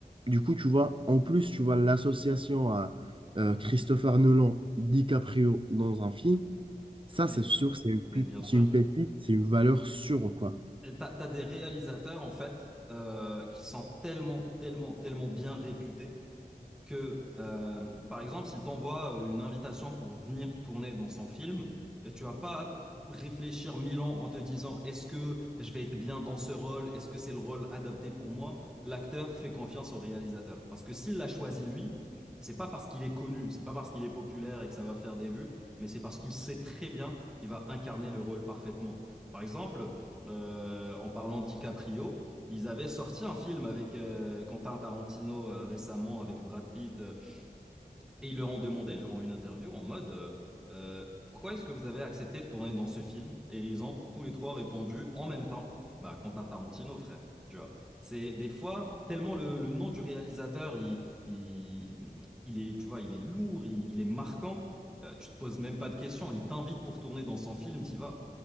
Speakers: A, on the right; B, in the centre.
A: du coup, tu vois, en plus, tu vois l'association à euh, Christopher Nolan, DiCaprio dans un film, ça,
B: Mais,
A: c'est sûr, c'est une, pu-
B: mais bien sûr.
A: c'est une pépite, c'est une valeur sûre, quoi.
B: Et t'as, t'as des réalisateurs, en fait, euh, qui sont tellement, tellement, tellement bien réputés que, euh, par exemple, s'il t'envoie euh, une invitation pour venir tourner dans son film, euh, tu vas pas réfléchir mille ans en te disant est-ce que je vais être bien dans ce rôle, est-ce que c'est le rôle adapté pour moi? L'acteur fait confiance au réalisateur. Parce que s'il l'a choisi lui, c'est pas parce qu'il est connu, c'est pas parce qu'il est populaire et que ça va faire des vues, mais c'est parce qu'il sait très bien qu'il va incarner le rôle parfaitement. Par exemple, euh, en parlant de DiCaprio, ils avaient sorti un film avec euh, Quentin Tarantino euh, récemment, avec Brad Pitt, euh, et ils leur ont demandé, genre en une interview, en mode euh, Euh, Pourquoi est-ce que vous avez accepté de tourner dans ce film? Et ils ont tous les trois répondu en même temps, bah, Quentin Tarantino, frère. Tu vois, c'est des fois tellement le, le nom du réalisateur, il, il, il est, tu vois, il est lourd, il, il est marquant. euh, tu te poses même pas de questions. Il t'invite pour tourner dans son film, t'y vas.